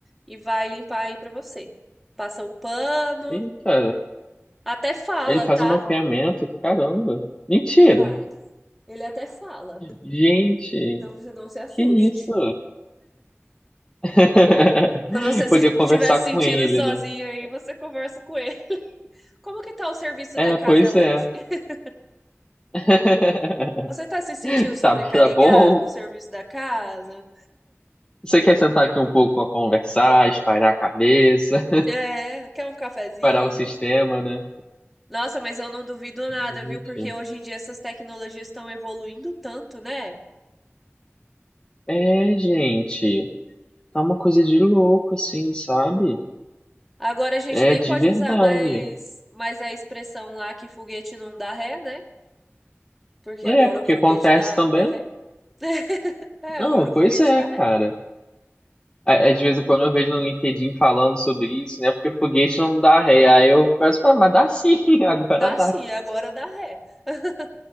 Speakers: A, in the centre; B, on the left.
A: e vai limpar aí pra você. Passa o pano,
B: Eita,
A: até fala,
B: ele faz
A: tá?
B: um mapeamento, caramba. Mentira.
A: Faz. Ele até fala.
B: Gente,
A: Então você não se assuste.
B: que isso? <laughs>
A: Quando você se
B: Poder conversar
A: estiver se sentindo
B: com ele,
A: sozinho
B: né?
A: aí, você conversa com ele. Como que tá o serviço
B: É,
A: da casa
B: pois
A: hoje?
B: é.
A: <laughs>
B: <laughs>
A: Você tá se sentindo sobrecarregado
B: Tá, tá bom.
A: com o serviço da casa?
B: Você quer sentar aqui um pouco pra conversar, espairar a cabeça?
A: É, quer um cafezinho?
B: parar o sistema, né?
A: Nossa, mas eu não duvido nada,
B: Gente.
A: viu? Porque hoje em dia essas tecnologias estão evoluindo tanto, né?
B: É, gente. Tá uma coisa de louco, assim, sabe?
A: Agora a gente
B: É,
A: nem
B: de
A: pode
B: verdade.
A: usar mais, mais a expressão lá que foguete não dá ré, né? Porque
B: É,
A: agora
B: porque
A: o foguete
B: acontece
A: dá,
B: também.
A: dá ré. <laughs> É,
B: Não,
A: agora o
B: pois
A: foguete
B: é,
A: dá ré.
B: cara. A- Às vezes quando eu vejo no LinkedIn falando sobre isso, né? Porque foguete não dá ré. Aí eu peço, "Ah, mas dá sim, <laughs> agora
A: Dá
B: dá.
A: sim, agora dá ré. <laughs>